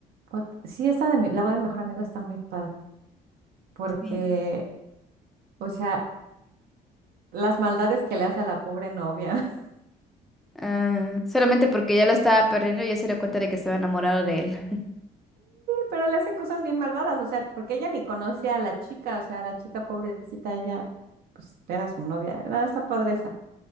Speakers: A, on the right; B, in the centre.
A: what- sí, esa de mi- la boda del mejor amigo está muy padre, porque,
B: Sí.
A: o sea, las maldades que le hace a la pobre novia, <laughs>
B: Ah, solamente porque ya lo estaba perdiendo, ya se dio cuenta de que estaba enamorado de él. <laughs>
A: pero le hace cosas bien malvadas, o sea, porque ella ni conoce a la chica, o sea, la chica pobrecita, ella, pues, era su novia, era esa padre esa.